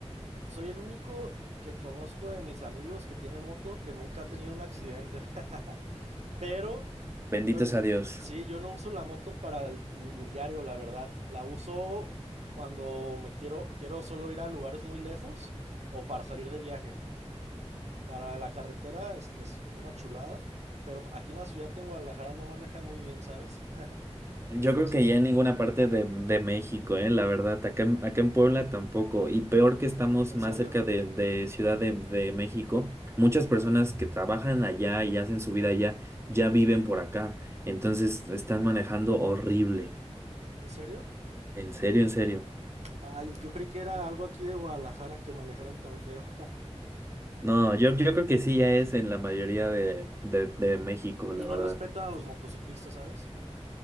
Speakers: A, on the right; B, on the right.
A: Soy el único que conozco de mis amigos que tiene moto que nunca ha tenido un accidente. <laughs> Pero
B: Bendito
A: yo,
B: sea Dios.
A: sí, yo no uso la moto para el, el diario, la verdad. La uso cuando me quiero, quiero solo ir a lugares muy lejos o para salir de viaje. Para la carretera es, es una chulada, pero aquí en la ciudad de Guadalajara no manejan muy bien, ¿sabes? <laughs>
B: Yo
A: Entonces,
B: creo que ya en ninguna parte de, de México, eh, la verdad, acá en, acá en Puebla tampoco. Y peor que estamos
A: ¿en
B: más
A: serio?
B: cerca de, de Ciudad de, de México, muchas personas que trabajan allá y hacen su vida allá ya viven por acá. Entonces están manejando horrible.
A: ¿En serio?
B: En serio, en serio.
A: Ay, yo creí que era algo aquí de Guadalajara que manejaran tan feo.
B: No, yo, yo creo que sí ya es en la mayoría de, de, de México, la
A: Y
B: verdad.
A: no respetan a los motociclistas, ¿sabes?